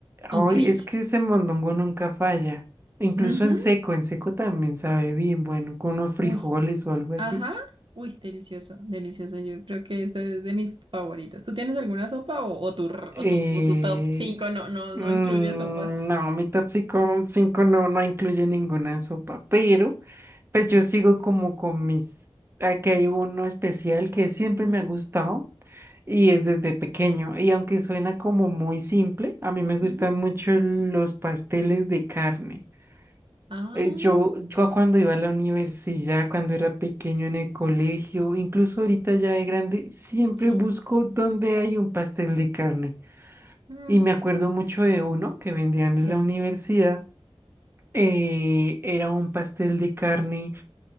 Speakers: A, on the right (about 60°); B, on the right (about 25°).
A: increíble.
B: Ay, es que ese mondongo nunca falla. Incluso
A: Ujú.
B: en seco, en seco también sabe bien, bueno, con unos frijoles
A: Uy,
B: o algo así.
A: ajá. Uy, delicioso, delicioso. Yo creo que eso es de mis favoritos. ¿Tú tienes alguna sopa o, o tu, r-
B: Eh,
A: o tu, o tu top cinco? no, no,
B: mm,
A: no incluye sopas?
B: no, mi top cinco cinco no, no incluye ninguna sopa, pero pues yo sigo como con mis... Aquí hay uno especial que siempre
A: Ujú,
B: me ha gustado y es desde pequeño. Y aunque suena como muy simple, a mí me gustan
A: ujú.
B: mucho los pasteles de carne.
A: Ah,
B: Eh, Yo, yo cuando iba a la universidad, cuando era pequeño en el colegio, incluso ahorita ya de grande, siempre
A: sí.
B: busco donde hay un pastel de carne.
A: Mm,
B: Y me acuerdo mucho de uno que vendían
A: sí.
B: en la universidad. eh, era un pastel de carne,